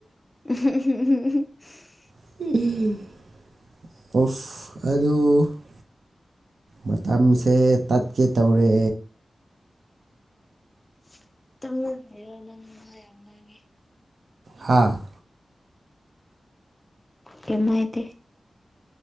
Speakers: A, on the left; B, on the right.
A: <unintelligible>
B: <unintelligible> ꯃꯇꯝꯁꯦ ꯇꯠꯀꯦ ꯇꯧꯔꯦ
A: <unintelligible> ꯅꯪ ꯋꯥ ꯌꯥꯝ ꯉꯥꯡꯉꯤ
B: ꯍꯥꯥ <unintelligible>
A: ꯀꯦꯝ ꯍꯏꯗꯦ